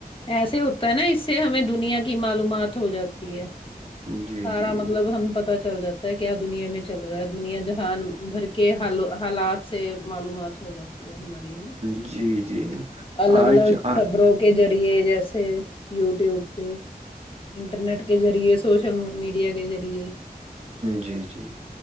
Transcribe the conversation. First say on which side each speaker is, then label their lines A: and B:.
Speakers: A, on the left; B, on the right.
A: ایسے ہوتا ہے نا اس سے ہمیں دنیا کی معلومات ہو جاتی ہے
B: جی
A: سارا
B: جی
A: مطلب سم پتا چل جاتا ہے کیا دنیا میں چل رہا ہے دنیا جہان بھر کے حالات سے معلومات ہو جاتی ار مری ہے نا
B: <unintelligible>
A: الگ
B: آج
A: الگ
B: آ-
A: خبروں کے ذریعے جیسے یوٹیوب پہ انٹرنیٹ کے ذریعے سوشل میڈیا کے ذریعے
B: جی جی